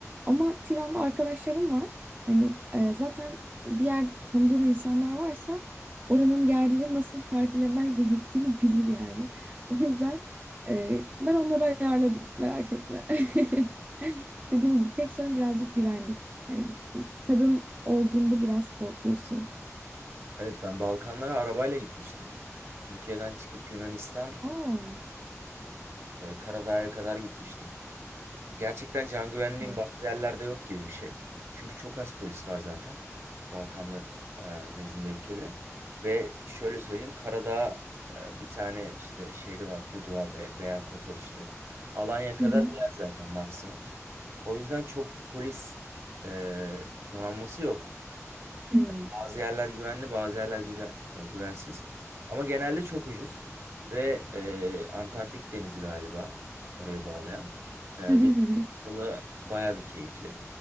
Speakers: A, on the right; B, on the right.
A: Ama Tiran'da arkadaşlarım var. Hani e, zaten bir yerde tanıdığın insanlar varsa oranın yerlileri nasıl partilemen <laughs> gerektiğini bilir yani. <laughs> O yüzden ee, ben onları ayarladım. Merak etme. <laughs> Dediğim gibi tek sorun birazcık güvenlik. Yani bir kadın olduğunda biraz korkuyorsun.
B: Evet ben Balkanlara arabayla gitmiştim. Türkiye'den çıkıp Yunanistan'dan
A: Aa,
B: e, Karadağ'a kadar gitmiştim. Gerçekten can güvenliğin
A: var.
B: bazı yerlerde yok gibi bir şey. Çünkü çok az polis var zaten. Balkanlar e, nezdinde ülkede. Ve şöyle söyleyeyim Karadağ e, bir tane işte şehri var. Budva ve veya Kotor işte. Alanya kadar
A: Hı hı.
B: yer zaten maksimum. O yüzden çok bir polis e, donanması yok.
A: Hı.
B: Bazı yerler güvenli, bazı yerler güzel, ya güvensiz. Ama genelde çok ucuz ve e, Antarktik Denizi galiba oraya bağlayan. E, deniz
A: Hı hı hı hı.
B: yolu baya bir keyifli.